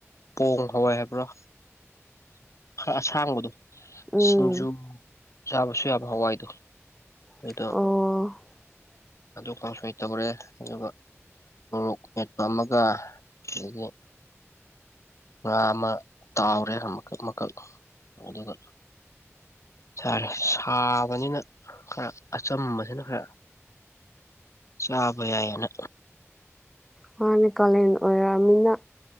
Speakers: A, on the left (about 70°); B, in the centre.
A: ꯄꯣꯡ ꯍꯋꯥꯏ ꯍꯥꯏꯕ꯭ꯔꯥ ꯑꯁꯥꯡꯕꯗꯣ
B: ꯎꯝ
A: ꯁꯤꯡꯖꯨ ꯌꯥꯕꯁꯨ ꯌꯥꯕ ꯍꯋꯥꯏꯗꯣ ꯑꯗꯨꯗꯣ
B: ꯑꯣ
A: ꯑꯗꯨ ꯀꯣꯡꯁꯨꯣꯏ ꯇꯕꯔꯦ ꯑꯗꯨꯒ ꯃꯣꯔꯣꯛ ꯃꯦꯠꯄ ꯑꯃꯒ ꯑꯗꯒꯤ ꯉꯥ ꯑꯃ ꯇꯥꯎꯔꯦ ꯑꯃꯀꯛ ꯃꯀꯛ ꯑꯗꯨꯒ ꯁꯥꯔ ꯁꯥꯕꯅꯤꯅ ꯈꯔ ꯑꯆꯝꯝꯕꯕꯁꯤꯅ ꯈꯔ ꯁꯥꯕ ꯌꯥꯅ
B: ꯃꯥ ꯅꯦꯀꯥꯂꯦꯟ ꯑꯣꯏꯔꯛꯑꯃꯤꯅ